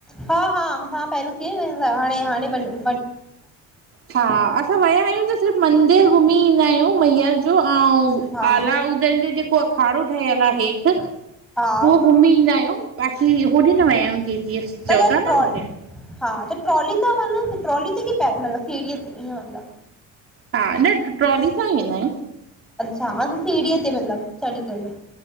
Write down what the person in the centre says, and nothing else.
हा हा हा पहरो। कीअं व हाणे हाणे वञो
हा
हा
त
ट्रॉ
हा त ट्रोली त वन ट्रोली ते के पैदल सीड़या ते। मतिलबु
अच्छा ह सीड़या ते मतिलब चड़ी करे।